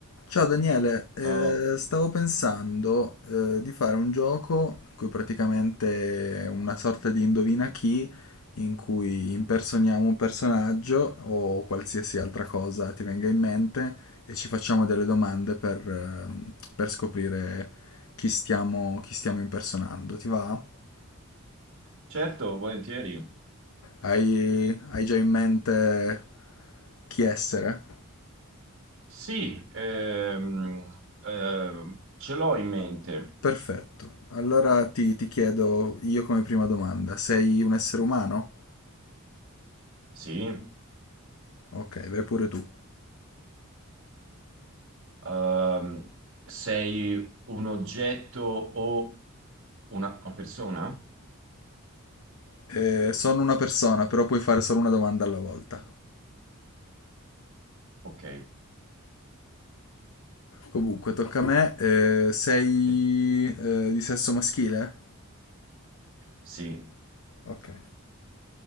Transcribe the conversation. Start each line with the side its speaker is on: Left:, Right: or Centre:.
Left: Ciao Daniele, eh,
Right: Oh,
Left: stavo pensando eh, di fare un gioco in cui praticamente è una sorta di indovina chi in cui impersoniamo un personaggio o qualsiasi altra cosa ti venga in mente e ci facciamo delle domande per, ehm, per scoprire chi stiamo, chi stiamo impersonando. Ti va?
Right: certo, volentieri.
Left: Hai, hai già in mente chi essere?
Right: Sì, ehm, ehm, ce l'ho in mente.
Left: Perfetto. Allora ti, ti chiedo io come prima domanda, sei un essere umano?
Right: Sì,
Left: Ok, vai pure tu.
Right: Ehm, sei un oggetto o una, una persona?
Left: Eh, sono una persona, però puoi fare solo una domanda alla volta.
Right: Ok,
Left: Comunque, tocca a me. Eh, sei
Right: sì.
Left: eh, di sesso maschile?
Right: Sì.
Left: Ok.